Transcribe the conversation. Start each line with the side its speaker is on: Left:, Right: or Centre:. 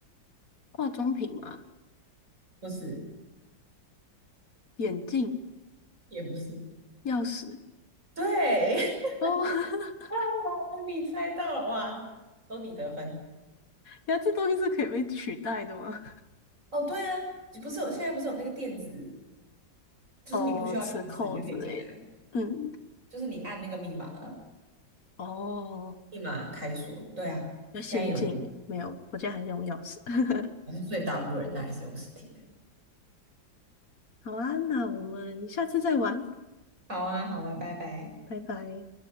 Left: 化妆品吗？
Right: 不是，
Left: 眼镜、
Right: 也不是，
Left: 钥匙。
Right: 对，<laughs>
Left: 哦，<laughs>
Right: 太好了，你猜到了哇，都你得分。
Left: 那这东西是可以被取代的吗？
Right: 哦，对啊，你不是有现在不是有那个电子，就是你不需要钥匙，
Left: 哦，磁扣之类的。
Right: 你就可以进来，
Left: 嗯，
Right: 就是你按那个密码，
Left: 哦，
Right: 密码开锁。对啊，
Left: 比较先进，
Right: 现在有，
Left: 没有，我家还是用钥匙。<laughs>
Right: 我是最大部分人都还是用实体的。
Left: 好啊，那我们下次再玩，
Right: 好啊，好啊，拜拜。
Left: 拜拜。